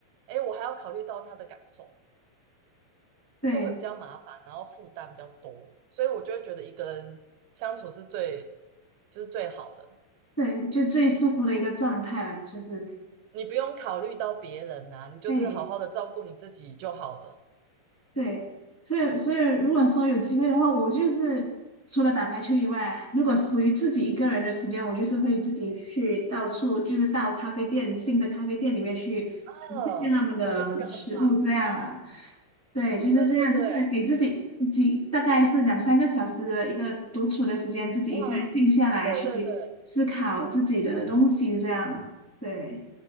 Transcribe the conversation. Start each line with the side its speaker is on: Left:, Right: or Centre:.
Right: 哎，我还要考虑到他的感受，
Centre: 对。
Right: 就会比较麻烦，然后负担比较多，所以我就会觉得一个人相处是最就是最好的。
Centre: 对，就最舒服的一个状态了，就是，
Right: 你不用考虑到别人啊，你就是好好的照顾你自己就好了。
Centre: 哎，对，所以，所以如果说有机会的话，我就是除了打排球以外，如果属于自己一个人的时间，我就是会自己去到处，就是到咖啡店，新的咖啡店里面去尝试一下他们的食物这样啦。
Right: 啊，我觉得这个很棒。
Centre: 对，就是这样，
Right: 对对对，
Centre: 就是给自己自己大概是两三个小时的一个独处的时间，自己一个人静下来去思考自己的东西这样，
Right: 哇，对对对，
Centre: 对。